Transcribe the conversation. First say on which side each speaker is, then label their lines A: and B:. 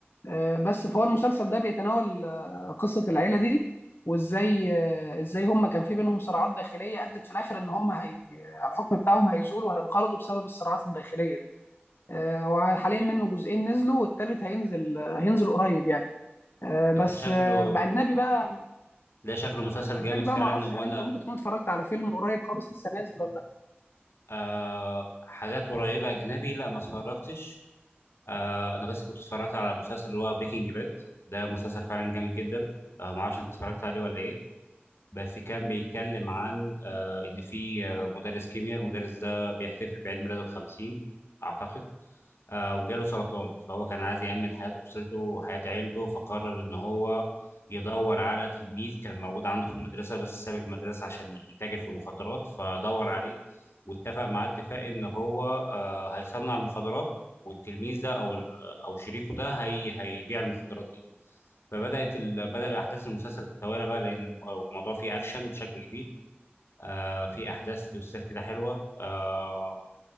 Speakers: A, on the left; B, on the left.
A: آه، بس فهو المسلسل ده بيتناول آه، قصة العيلة دي وازاي آه، ازاي هم كان في بينهم صراعات داخلية ادت في الاخر ان هم هي الحكم بتاعهم هيزول وهينقرضوا بسبب الصراعات الداخلية دي آه، هو حاليا منه جزئين نزلوا والتالت هينزل آه، هينزل قريب يعني آه، بس
B: ده شكله
A: آه، باجنبي بقى
B: ده شكله مسلسل
A: اجنبي
B: جامد
A: بقى
B: فعلا
A: ما اعرفش
B: وانا
A: هل انت ممكن تكون اتفرجت على فيلم قريب خالص لسه نازل ولا لا
B: آه حاجات قريبة أجنبي لا ما اتفرجتش آه أنا بس كنت اتفرجت على مسلسل اللي هو بريكنج باد ده مسلسل فعلا جامد جدا آه ما أعرفش أنت اتفرجت عليه ولا إيه بس كان بيتكلم عن آه إن في آه، مدرس كيمياء المدرس ده بيحتفل بعيد ميلاده الخمسين أعتقد آه، وجاله سرطان فهو كان عايز يأمن حياة أسرته وحياة عيلته فقرر إن هو يدور على تلميذ كان موجود عنده في المدرسة بس ساب المدرسة عشان يتاجر في المخدرات فدور عليه واتفق معاه اتفاق إن هو آه، هيصنع المخدرات والتلميذ ده أو ال- أو شريكه ده هي هيبيع المخدرات دي فبدأت ال... بدأ أحداث المسلسل تتوالى بقى لأن الم- الموضوع فيه أكشن بشكل كبير آه في احداث توستات كده حلوه آه